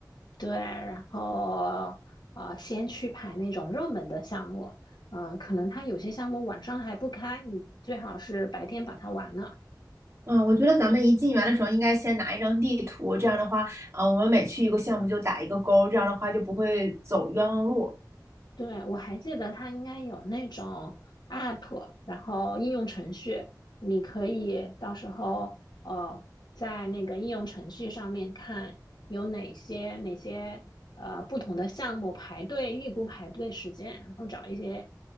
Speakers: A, on the left (about 75°); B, on the right (about 40°).
A: 对，然后呃，先去排那种热门的项目，嗯、可能它有些项目晚上还不开，你最好是白天把它完了。
B: 嗯，我觉得咱们一进园的时候应该先拿一张地图，这样的话，啊、我们每去一个项目就打一个勾，这样的话就不会走冤枉路。
A: 对，我还记得它应该有那种 app，然后应用程序，你可以到时候呃，在那个应用程序上面看有哪些哪些呃不同的项目排队，预估排队时间，然后找一些